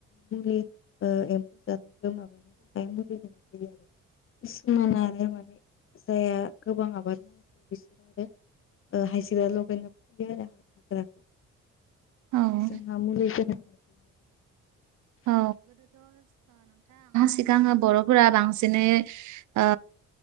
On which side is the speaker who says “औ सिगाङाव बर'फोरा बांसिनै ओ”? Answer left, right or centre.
Right